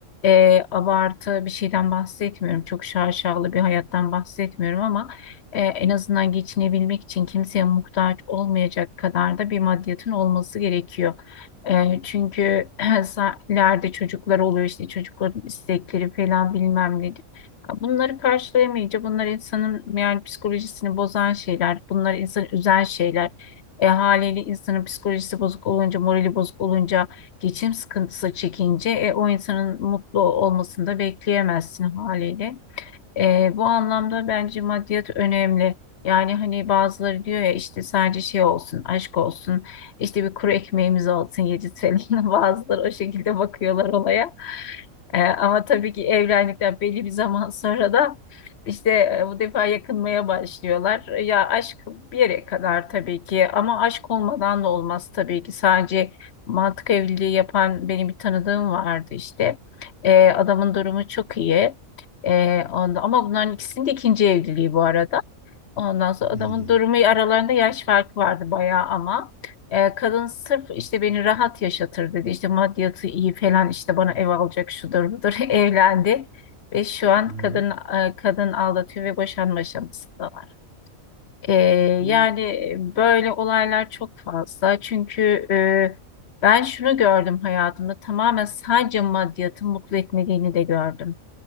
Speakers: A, on the left; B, on the right.
A: e, abartı bir şeyden bahsetmiyorum. Çok şaşalı bir hayattan bahsetmiyorum ama e, en azından geçinebilmek için kimseye muhtaç olmayacak kadar da bir maddiyatın olması gerekiyor. E, çünkü <clears throat> <laughs> ileride çocuklar oluyor işte çocukların istekleri falan bilmem nedir. Bunları karşılayamayınca bunlar insanın yani psikolojisini bozan şeyler, bunlar insanı üzen şeyler. E, haliyle insanın psikolojisi bozuk olunca, morali bozuk olunca, geçim sıkıntısı çekince e, o insanın mutlu olmasını da bekleyemezsin haliyle. Ee, bu anlamda bence maddiyat önemli. Yani hani bazıları diyor ya işte sadece şey olsun, aşk olsun, işte bir kuru ekmeğimiz olsun, yedi TL. <laughs> Bazıları o şekilde bakıyorlar olaya. Ee, ama tabii ki evlendikten belli bir zaman sonra da işte e, bu defa yakınmaya başlıyorlar. Ya aşk bir yere kadar tabii ki ama aşk olmadan da olmaz tabii ki. Sadece mantık evliliği yapan benim bir tanıdığım vardı işte. Ee, adamın durumu çok iyi. Ee, onda, ama bunların ikisinin de ikinci evliliği bu arada. Ondan sonra adamın
B: Hmm,
A: durumu aralarında yaş farkı vardı bayağı ama Ee, kadın sırf işte beni rahat yaşatır dedi. İşte maddiyatı iyi falan işte bana ev alacak şudur budur <laughs> evlendi. Ve şu an
B: Evet.
A: kadın e, kadın aldatıyor ve boşanma aşamasında var. Ee,
B: Ha,
A: yani böyle olaylar çok fazla. Çünkü e, ben şunu gördüm hayatımda tamamen sadece maddiyatın mutlu etmediğini de gördüm.